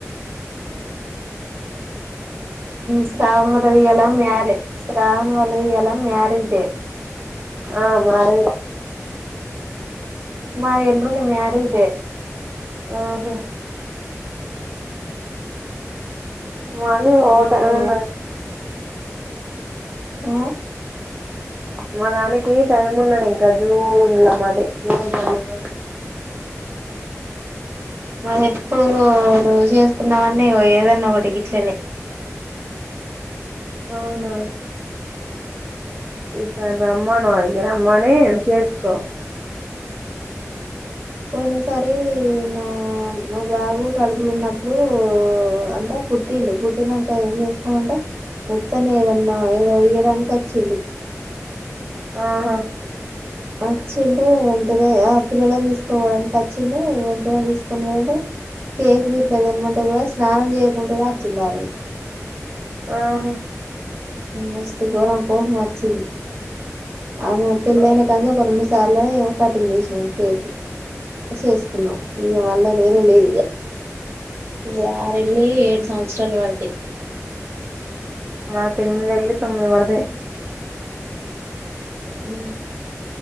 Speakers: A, on the right; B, on the right.
A: శ్రావణ <unintelligible> ఎలా మ్యారే శ్రావణ అలది ఇయాల మ్యారేజ్ డే
B: ఆ.. <unintelligible>
A: మాది ఎల్లుండ మ్యారేజ్ డె
B: ఆహా మళ్ళీ ఓ
A: ఎల్లుండి
B: టైం ఉండ
A: అ
B: మా దానికి టైం ఉన్నది ఇంకా జూన్ లొ మాది జూన్ <unintelligible>
A: మది ఎప్పుడు చేసుకుందమంటె ఏదన్నా ఒకటి గిట్లనె
B: అవునా ఈసారి రమ్మను వాడికి రమ్మని చేసుకో
A: పోయిన సారి నా మా బాబు కడుపులొ ఉన్నప్పుడు అంటే పుట్టిండు పుట్టినాక ఏం చేసుకోమంటే ముత్తని ఏదన్నా ఏదో ఇయ్యడానికి వచ్చింది
B: ఆహా
A: వచ్చిండు వెంటనే ఆ పిల్లలని తీసుకోవడానికి వచ్చిండు వెంటనే తీసుకొని పోయిండు కేక్ ఇట్ల తెమ్మంటే గూడా స్నానం చేయకుంటేనే వచ్చిండారోజు
B: ఆహా
A: మస్త్ గరం కోపం వచ్చింది అదే ఆ పిల్ల
B: ఆహా.
A: అయినా కాసేపు కళ్ళు మూసు సర్లే ఏదో కటింగ్ చేసినం కేక్ చేసుకున్నాం ఇంగ వాళ్ళ వేరే లేదు ఇహ ఈ ఆరు ఎల్లి ఏడు సంవత్స తెల్లవారితే
B: మాకు ఎనిమిది ఎళ్ళి తొమ్మిది పడతాయి
A: మ్